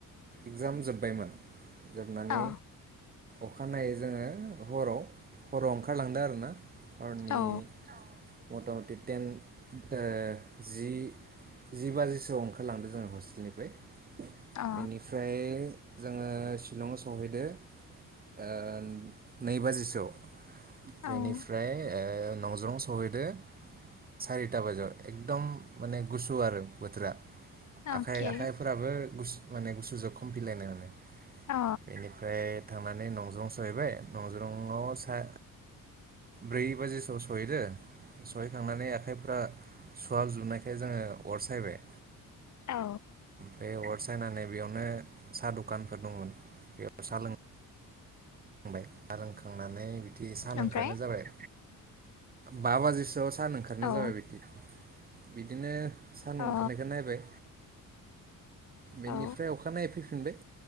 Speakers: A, on the right (about 25°); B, on the left (about 55°).
A: इगजाम जोब्बायमोन। जोबनानै
B: अ
A: अखानायै जोङो हराव हराव ओंखारलांदों आरोना। हरनि
B: औ
A: मथा मथि टेन ओ जि जि बाजिसोआव ओंखारलांदों जोङो हस्टेलनिफ्राय
B: अ
A: बेनिफ्राय जोङो शिलंआव सहैदो ओ नै बाजिसोआव। बेनिफ्राय
B: ओं
A: ओ नंज्रं सहैदो सारिथा बाजियाव एकदम माने गुसु आरो बोथोरा।
B: अके
A: आखाइ आखाइफोराबो गुस माने गसुजों खमफिलायनाय माने।
B: औ
A: बेनिफ्राय थांनानै नंज्रं सहैबाय नंज्रंआव सा ब्रै बाजिसोआव सहैदो सहैखांनानै आखाइफ्रा सुवाबजोबनायखाय जोङो अरसायबाय।
B: औ
A: बे अर सायनानै बेयावनो साहा दखानफोर दंमोन बेयाव साहा लों बाय सा लोंखां खांनानै बिदि सान
B: ओमफ्राय
A: ओंखारनाय जाबाय बा बाजिसोआव सान ओंखारनाय
B: औ
A: जाबाय बिदिनो। बिदिनो सान
B: अ
A: ओंखारनायखौ नायबाय। बेनिफ्राय
B: औ
A: अखानायै फैफिन फिनबाय